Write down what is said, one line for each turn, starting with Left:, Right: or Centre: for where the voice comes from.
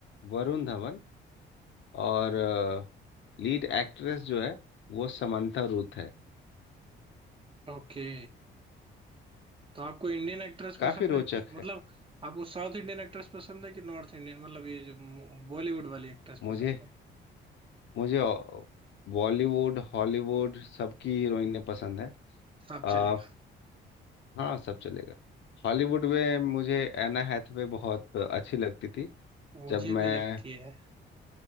Left: वरुण धवन और लीड एक्ट्रेस जो है वो समंथा रूथ है
Right: ओके तो आपको इंडियन एक्ट्रेस
Left: काफी
Right: पसंद
Left: रोचक
Right: है कि मतलब
Left: है
Right: आपको साउथ इंडियन एक्ट्रेस पसंद है कि नॉर्थ इंडियन मतलब ये जो बॉलीवुड वाली एक्ट्रेस
Left: मुझे
Right: पसंद है
Left: मुझे बॉलीवुड हॉलीवुड सबकी हीरोइनें पसंद है
Right: आप
Left: आ,
Right: चलेगा
Left: हाँ सब चलेगा हॉलीवुड में मुझे एना हैथवे बहुत अच्छी लगती थी
Right: मुझे
Left: जब
Right: भी
Left: मैं
Right: लगती है